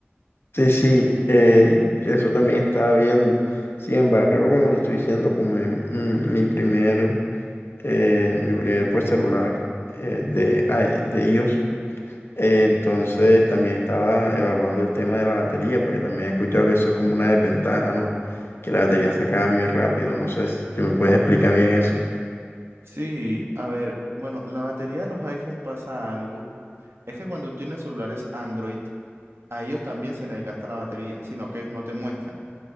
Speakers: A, on the left (about 65°); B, on the right (about 75°).
A: Sí, sí, eh, eso también estaba viendo. Sin embargo, como te estoy diciendo, como es mm, mi primer, eh, mi primer pues, celular eh, de, ay, de iOS, eh, entonces también estaba evaluando el tema de la batería, porque también he escuchado que eso es como una desventaja, ¿no? Que la batería se acaba muy rápido. No sé si si me puedes explicar bien eso.
B: Sí, a ver, bueno, la batería de los iPhone pasa algo. Es que cuando tú tienes celulares Android, a ellos también se les gasta la batería, sino que ellos no te muestran.